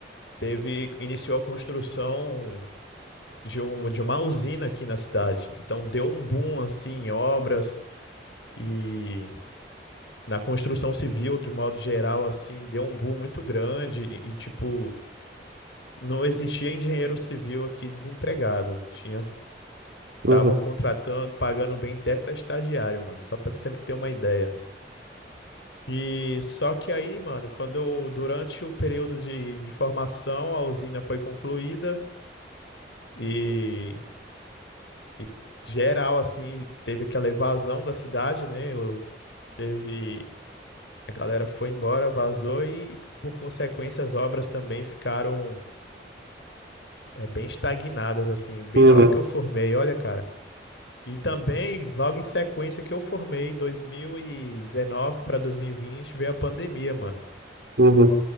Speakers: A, on the left; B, on the right.
A: teve, iniciou a construção de, um, de uma usina aqui na cidade. Então deu um boom assim em obras e na construção civil, de modo geral, assim, deu um boom muito grande e, e, tipo, não existia engenheiro civil aqui desempregado. Tinha, estavam
B: Uhum,
A: contratando, pagando bem até para estagiário, mano, só para sempre ter uma ideia. E só que aí, mano, quando eu, durante o período de, de formação, a usina foi concluída e E geral, assim, teve aquela evasão da cidade, né? o- Teve. A galera foi embora, vazou e, por consequência, as obras também ficaram é, bem estagnadas, assim, bem
B: uhum,
A: na hora que eu formei, olha, cara. E também, logo em sequência que eu formei, 2019 para 2020 veio a pandemia, mano.
B: uhum.